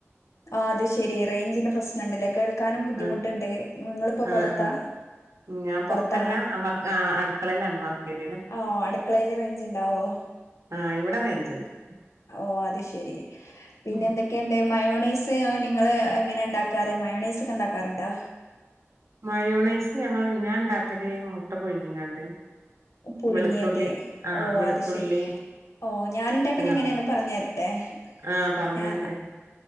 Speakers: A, on the left; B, on the right.
A: ആഹ് അതുശെരി റേഞ്ചിന്റ പ്രശ് ഞണ്ടിലെ കേൾക്കാനും ബുദ്ധിമുട്ടുണ്ടേ
B: ആഹ്
A: നിങ്ങൾ ഇപ്പോ
B: ആഹ്
A: പൊറത്താ
B: ആഹ് ഞാൻ പൊറത്തല്ല
A: പുറത്താണോ
B: വർ ആഹ് അടുക്കളയിലാണ് വർക്ക് ഏരിയയില്
A: ആഹ് അടുക്കളേൽ റേഞ്ച് ഇണ്ട്- ഓ-
B: ആഹ് ഇവിടെ റേഞ്ച് ഇണ്ട്-
A: ഓ അതുശെരി പിന്നെന്തൊക്കെണ്ട്
B: ഉം
A: മയോണൈസ് ഓ നിങ്ങള് എങ്ങനാണ്ടാക്കാറ് മയണൊയ്‌സ്ക്കെ ഇണ്ടാക്കാറുണ്ടോ
B: മയോണൈസ് ഞങ്ങൾ ഞാൻ ഇണ്ടാക്കല് മുട്ട പുഴുങ്ങിങ്ങാണ്ട്
A: പുഴുങ്ങിയത്
B: വെളുത്തുള്ളി ആഹ്
A: ഓ
B: വെളുത്തുള്ളി
A: അതുശെരി ഓ ഞാൻ ഇണ്ടാക്ക്ണെ
B: ഇട്ട്ങ്ങാണ്ട്
A: എങ്ങനാന്ന് പറഞ്ഞുതെരട്ടെ
B: ആഹ് പറഞ്ഞാണ്
A: ഞാ
B: കേക്ക